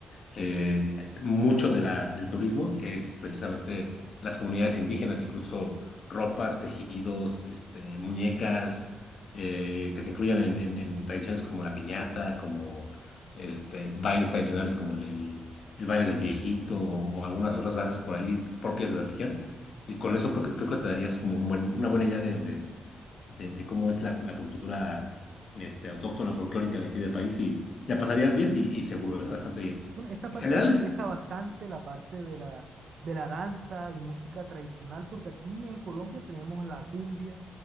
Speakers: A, on the left; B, on the right.
A: eh, mucho de la, del turismo es precisamente las comunidades indígenas, incluso ropas, tejidos, este, muñecas, eh, que te incluyan en, en- en tradiciones como la piñata, como este, bailes tradicionales como el, el- el baile del viejito o, algunas otras danzas por ahí propias de la región. Y con eso creo que, creo que te darías como un buen- una buena idea del- del- de, de cómo es la, la cultura este, autóctona folclórica de aquí del país y la pasarías bien y, y seguro, ¿eh? Bastante bien.
B: Bueno, esa
A: En
B: parte
A: general
B: me interesa
A: es,
B: bastante, la parte de la, de la danza y música tradicional, porque aquí en Colombia tenemos la cumbia